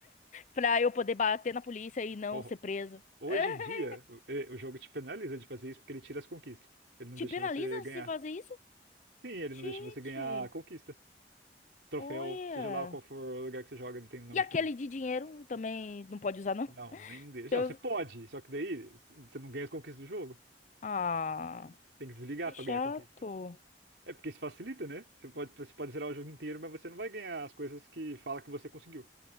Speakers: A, on the left (about 45°); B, on the right (about 75°).
A: Pra eu poder bater na polícia e não
B: Ho-
A: ser preso.
B: Hoje
A: <laughs>
B: em dia, o eh, o jogo te penaliza de fazer isso porque ele tira as conquistas. Ele não
A: Te
B: deixa
A: penaliza
B: você ganhar.
A: se fazer isso?
B: Sim, ele
A: Gente,
B: não deixa você ganhar a conquista. Troféu,
A: olha.
B: seja lá qual for o lugar que você joga, ele tem um nome
A: E aquele
B: diferente.
A: de dinheiro também não pode usar, não?
B: Não,
A: <laughs>
B: nenhum deles.
A: Que
B: Não,
A: Eu-
B: você pode, só que daí você não ganha as conquistas do jogo.
A: Ah,
B: Tem que desligar
A: que
B: pra
A: chato.
B: ganhar a conquista. É porque isso facilita, né? Você pode, você pode zerar o jogo inteiro, mas você não vai ganhar as coisas que fala que você conseguiu.